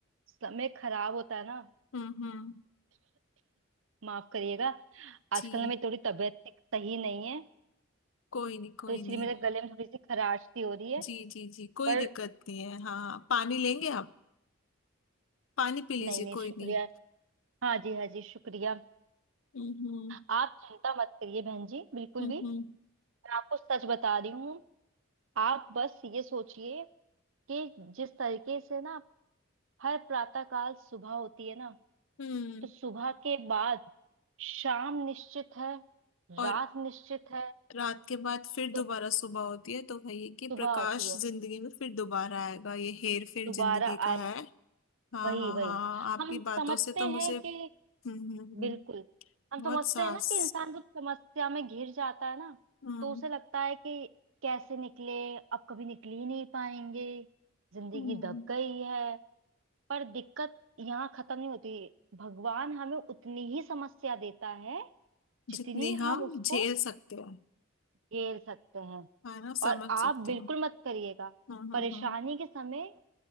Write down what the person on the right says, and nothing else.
समय खराब होता है ना
माफ करिएगा आजकल
ना मेरी थोड़ी तबीयत ठीक- सही नहीं है
तो इसलिए
मेरे गले में थोड़ी सी खराश सी हो रही है
पर
नहीं नहीं शुक्रिया
हाँ जी हाँ जी शुक्रिया
आप चिंता मत करिए बहन जी बिल्कुल
भी मैं आपको सच बता रही हूँ आप बस ये सोचिए कि जिस तरीके से ना हर प्रातः काल सुबह होती है ना
तो सुबह के बाद शाम निश्चित है
रात निश्चित है
तो
सुबह
होती है
दोबारा
आएगा
वही
वही
हम
समझते
हैं
कि
बिल्कुल हम समझते
हैं ना कि इंसान जब समस्या में घिर जाता है ना
तो उसे लगता है कि कैसे निकले अब कभी निकल ही नहीं पाएंगे जिंदगी
दब गई है पर दिक्कत यहाँ खत्म नहीं होती भगवान हमें उतनी ही समस्या देता है जितनी
हम
उसको
झेल सकते हैं
और
आप
बिल्कुल
मत करिएगा
परेशानी
के समय